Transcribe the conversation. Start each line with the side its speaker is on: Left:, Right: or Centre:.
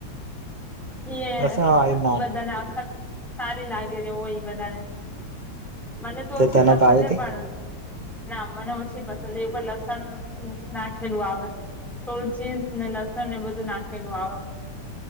Centre: એ
Right: લસણ વાળી નાન
Centre: બધાને આખર સારી લાગે વગેરે હોય બધાારે મને તો ઓછી
Right: તને
Centre: પસંદ
Right: ભાવી
Centre: છે
Right: તી
Centre: પણ ના મને ઓછી પસંદ એવું પણ લસ નાખેલું આવે થોડું ચીર ને લસણ એને બધું નાખેલું આવે